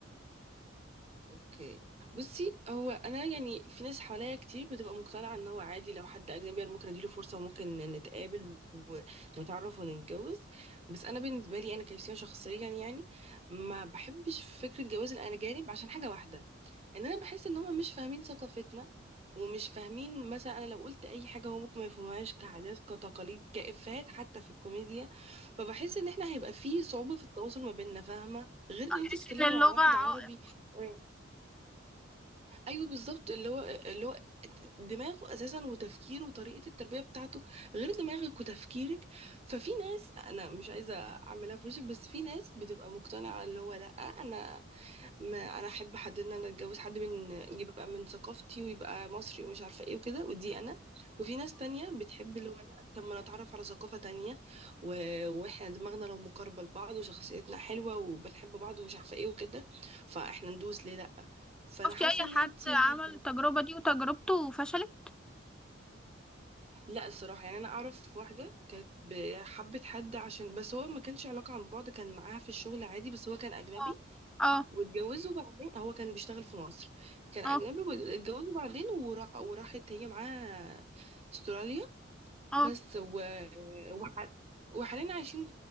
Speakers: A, on the right; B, in the centre.
A: اوكي بصي هو انا يعني في ناس حواليا كتير بتبقى مقتنعة ان هو عادي لو حد اجنبي انا ممكن اديله فرصة وممكن نتقابل ونتعرف ونتجوز بس انا بالنسبة لي انا كريستيان شخصيا يعني ما بحبش فكرة جواز الاجانب عشان حاجة واحدة ان انا بحس ان هم مش فاهمين ثقافتنا ومش فاهمين مثلا انا لو قلت اي حاجه هو ممكن ما يفهمهاش كعادات كتقاليد كافيهات حتى في الكوميديا فبحس ان احنا هيبقى فيه صعوبه في التواصل ما بيننا فاهمه غير ان انت
B: تحس
A: تتكلمي
B: ان اللغة
A: مع واحد
B: عائق
A: عربي مم. ايوه بالظبط اللي هو اللي هو دماغه اساسا وتفكيره وطريقه التربيه بتاعته غير دماغك وتفكيرك ففي ناس انا مش عايزه اعملها في وشك بس في ناس بتبقى مقتنعه اللي هو لا انا ما انا احب حد ان انا اتجوز حد من يبقى من ثقافتي ويبقى مصري ومش عارفه ايه وكده ودي انا وفي ناس تانية بتحب اللي هو لا طب ما نتعرف على ثقافه تانية و... واحنا دماغنا لو مقاربه لبعض وشخصيتنا حلوه وبنحب بعض ومش عارفه ايه وكده فاحنا ندوس ليه لا فانا
B: شفتي
A: حاسه
B: اي
A: ان
B: حد
A: انتي
B: عمل التجربة دي وتجربته وفشلت
A: لا الصراحه يعني انا اعرف واحده كانت ب- حبت حد عشان بس هو ما كانش علاقه عن بعد كان معاها في الشغل عادي بس هو كان اجنبي
B: اه اه
A: طب واتجوزوا بعدين هو كان بيشتغل في مصر كان
B: اه
A: أجنبي واتجوزوا بعدين ورا... وراحت هي معاه استراليا
B: اه
A: بس و... وح... وحاليا عايشين